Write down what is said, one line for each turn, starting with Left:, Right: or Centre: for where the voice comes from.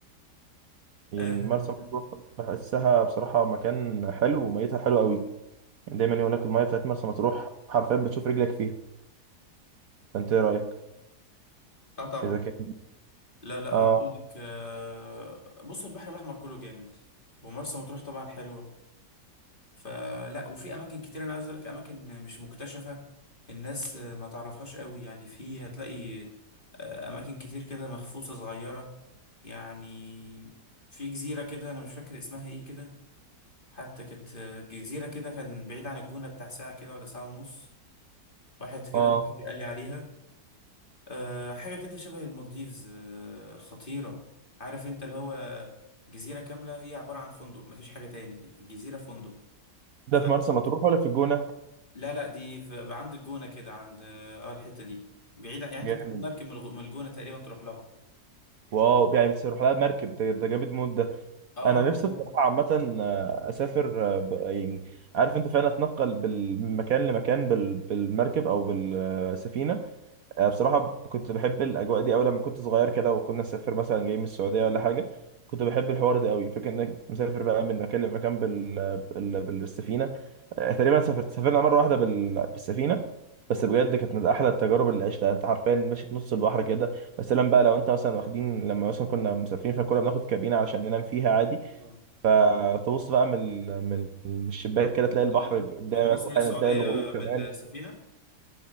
Right: يعني
Left: اه
Right: مرسى مطروح بحسها بصراحة مكان حلو وميتها حلوة قوي يعني دايما يقول لك المية بتاعت مرسى مطروح حرفيا بتشوف رجلك فيها فأنت إيه رأيك
Left: آه طبعا
Right: إذا كان
Left: لا لا
Right: آه
Left: آه، اقول لك آه بص البحر الاحمر كله جامد ومرسى مطروح طبعا حلوه فلا وفي اماكن كتير انا عايز اقول لك اماكن مش مكتشفه الناس آه، ما تعرفهاش قوي يعني في هتلاقي آه، اماكن كتير كده مخصوصه صغيره يعني في جزيره كده انا مش فاكر اسمها ايه كده حتى كانت جزيرة كده كان بعيد عن الجونة بتاع ساعة كده ولا ساعة ونص واحد كده
Right: آه
Left: صاحبي قال لي عليها أه حاجة كده شبه المالديفز أه خطيرة عارف انت اللي هو جزيرة كاملة هي عبارة عن فندق مفيش حاجة تاني الجزيرة فندق
Right: ده
Left: فلا
Right: في مرسى مطروح ولا في الجونة؟
Left: لا دي في عند الجونة كده عند اه الحتة دي بعيدة يعني انت
Right: جامد
Left: بتاخد مركب من الغ- من الجونة تقريبا تروح لها
Right: واو يعني بتروح لها مركب ده, ده جامد موت ده
Left: اه
Right: انا نفسي
Left: اه
Right: الصراحه عامه آه، اسافر آه، ب- يعني عارف انت فعلا اتنقل بال- من مكان لمكان بال- بالمركب او بالسفينه آه، بصراحه ب- كنت بحب الاجواء دي قوي لما كنت صغير كده وكنا نسافر مثلا جاي من السعوديه ولا حاجه كنت بحب الحوار ده قوي فكره انك مسافر بقى من مكان لمكان بال... بال... بالسفينه آه، تقريبا سافرت سافرنا مره واحده بال... بالسفينه بس بجد كانت من احلى التجارب اللي عشتها انت حرفيا ماشي في نص البحر كده بس لما بقى لو انت مثلا واخدين لما مثلا كنا مسافرين فكنا بناخد كابينه عشان ننام فيها عادي
Left: اه
Right: فتبص بقى من ال- من ال- من الشباك كده تلاقي
Left: انت
Right: البحر
Left: من
Right: قدامك
Left: من مصر
Right: واحيانا
Left: للسعودية
Right: تلاقي الغروب
Left: بالسفينة
Right: كمان